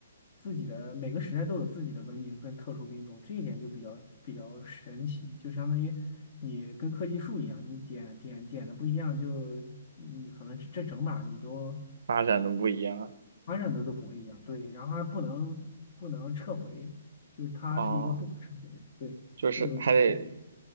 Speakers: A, on the left; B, on the right.
A: 自己的每个时代都有自己的文明跟特殊兵种，这一点就比较比较神奇，就相当于你跟科技树一样，你点点点的不一样，就你可能这这整把你都。
B: 发展的不一样啊
A: 传染的都不会一样，对，然后还不能不能撤回，就是它是一个不可撤回的，
B: 哦，
A: 对，
B: 就是还得
A: 这就很